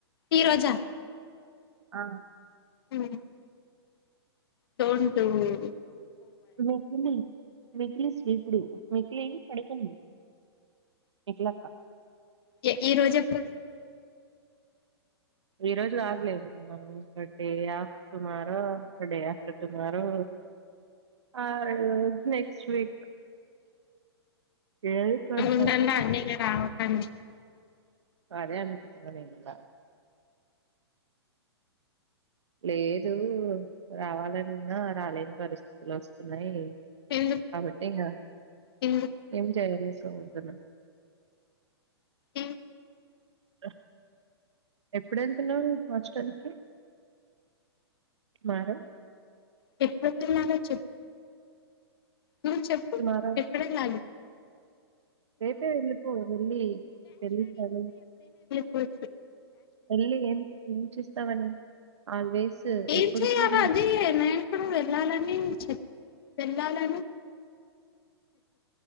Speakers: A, on the left (about 60°); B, on the right (about 85°).
A: ఈ రోజా
B: ఆ
A: ఉమ్ ఫోన్ పే లేదు
B: రేపున్నాయి మికిలి స్వీపుడు మికిలి పడుకుంది మికిలక్క
A: ఏ ఈ రోజు ఎప్పుడు సార్
B: ఈ రోజు కాగలేదు మ బడే after tomorrow day after tomorrow ఆ రోజు నెక్స్ట్ వీక్ ఏది కన్ఫర్మ్
A: ఉందండా అన్నీక రావటానికి
B: అదే అనిపిస్తున్న నేను కూడా లేదు రావాలనివున్నా రాలేని పరిస్థితులు వస్తున్నాయి
A: ఎందుకు
B: ఆబ టి నా
A: ఎందుకు
B: ఏం జయనే చదువుతున్న
A: ఉమ్
B: అ ఎప్పుడు వెళ్తున్నారు హాస్టల్కి టుమారో
A: చెప్పతున్నాగా చెప్ నువ్వు చెప్పు
B: టుమారో
A: ఎప్పుడ కానీ
B: రేపే వెళ్ళిపో వెళ్ళ వెళ్ళిచదు
A: వ
B: పనులు ఏం ఏం చేస్ తనని ఆల్వేస్
A: ఏం
B: ఎప్పుడు
A: చేయలా
B: కూడా
A: అది నాక్కూడా ల్లాలనిలచ్ పెళ్ళాలను